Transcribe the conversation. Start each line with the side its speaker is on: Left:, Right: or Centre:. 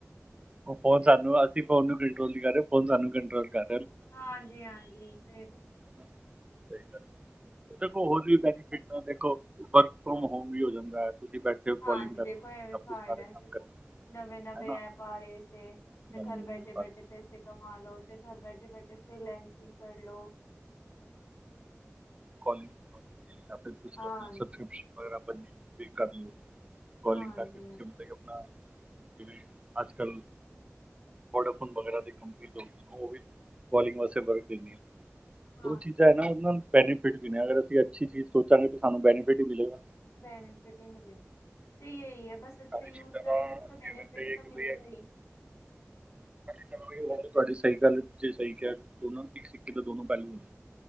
Right: ਉਹ ਫੋਨ ਸਾਨੂੰ ਅਸੀਂ ਫੋਨ ਨੂੰ ਕੰਟਰੋਲ ਨੀ ਕਰ ਰਹੇ ਫੋਨ ਸਾਨੂੰ ਕੰਟਰੋਲ ਕਰ
Left: ਹਾਂਜੀ ਹਾਂਜੀ, <unintelligible>
Right: ਹੂੰ, ਸਹੀ ਗੱਲ ਦੇਖੋ ਹੋਰ ਵੀ ਬੈਨੀਫਿਟ ਦੇਖੋ ਵਰਕ ਫਰੋਮ
Left: ਹਾਂਜੀ
Right: ਹੋਮ ਵੀ ਹੋ ਜਾਂਦਾ ਹੈ। ਤੁਸੀਂ ਬੈਠੇ ਹੋ
Left: ਹਾਂਜੀ
Right: ਕਾਲਿੰਗ ਕਰ
Left: ਦੇਖੋ
Right: ਰਹੇ ਹੋ
Left: ਐਵੇਂ
Right: ਸਭ
Left: ਫਾਇਦਾ
Right: ਕੁਝ ਸਾਰੇ
Left: ਹੈ ਦੇਖੋ
Right: ਕੰਮ ਕਰਨੇ
Left: ਨਵੇਂ ਨਵੇਂ
Right: ਹੈ ਨਾ
Left: ਐਪ ਆ ਰਹੇ ਸੀ, ਤੇ
Right: ਨਵੀਂ
Left: ਘਰ
Right: ਨਵੀਂ
Left: ਬੈਠੇ
Right: ਆਪਾਂ
Left: ਬੈਠੇ ਪੈਸੇ ਕਮਾ ਲੋ ਤੇ ਘਰ ਬੈਠੇ ਬੈਠੇ ਫ੍ਰੀਲੈਂਨਸਿੰਗ, ਹੈਲੋ,
Right: ਕੋਲਿੰ ਜਾਂ ਫਿਰ ਕੁਛ
Left: ਹਾਂਜੀ
Right: ਆਪਣੀ ਸਬਸਕ੍ਰਿਪਸ਼ਨ ਵਗੈਰਾ, ਵੀ ਕਰੀਏ, ਕੋਲਿੰਗ
Left: ਹਾਂਜੀ
Right: ਕਰਕੇ ਤੁਸੀਂ
Left: ਹਾਂਜੀ
Right: ਮਤਲਬ ਕਿ ਆਪਣਾ ਜਿਵੇਂ ਅੱਜ ਕੱਲ੍ਹ ਵੋਡਾਫੋਨ ਵਗੈਰਾ ਦੀ ਕੰਪਨੀ ਲੇਦੇ ਆਂ ਉਹ ਵੀ ਕੋਲਿੰਗ ਵਾਸਤੇ ਵਰਕ ਦਿੰਦੀਆਂ।
Left: ਹਾਂਜੀ
Right: ਉਹ ਠੀਕ ਹੈ ਨਾ ਉਹਨਾ, ਬੈਨੀਫਿਟ ਵੀ ਨੇ ਅਗਰ ਅਸੀ ਅਛੀ ਚੀਜ਼ ਸੋਚਾਂਗੇ ਤਾਂ ਸਾਨੂੰ ਬੈਨੀਫਿਟ ਹੀ ਮਿਲੇਗਾ।
Left: ਬੈਨੀਫਿਟ ਹੀ ਮਿਲੇਗੀ। ਤੇ ਇਹੀ ਹੈ ਬਸ ਅੱਛਾ
Right: ਸਾਰੀ
Left: ਯੂਜ
Right: ਚੀਜ਼ਾਂ
Left: ਕਰੇਗੇ
Right: ਦਾ
Left: ਤਾਂ
Right: ਅਸੀਂ
Left: ਬੈਨੀਫਿਟ
Right: ਅਗਰ ਕਹੀਏ
Left: ਤਾਂ
Right: ਕਿ
Left: ਮਿਲੇਗਾ
Right: ਬਈ
Left: ਹੀ,
Right: ਰ ਤੁਹਾਡੀ ਸਹੀ ਗੱਲ ਜੇ ਸਹੀ ਕਿਹਾ। ਦੋਨੋ ਇੱਕ ਸਿੱਕੇ ਦਾ ਦੋਨੋ ਪਹਿਲੂ ਹੁੰ